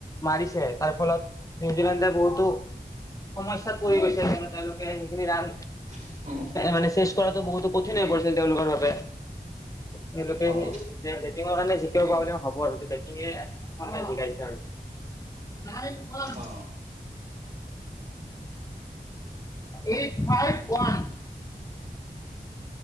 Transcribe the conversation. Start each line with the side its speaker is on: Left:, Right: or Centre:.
Left: মাৰিছে, তাৰ ফলত নিউজিলেণ্ডে বহুতো সমস্যয়াটো পৰি গৈছে। কিন্তু তেওঁলোকে সেইখিনি ৰাণ
Right: অ
Left: মানে শেষ কৰাটো বহুতো কঠিন হৈ পৰিছিল। তেওঁলোকৰ বাবে সেইবাবে বেটিংৰ
Right: অ অ
Left: কাৰণে মই ভাবো আৰু বেটিং জিকাইছে আৰু নাইক মল
Right: অ
Left: এইঠ ফাইভ ওৱান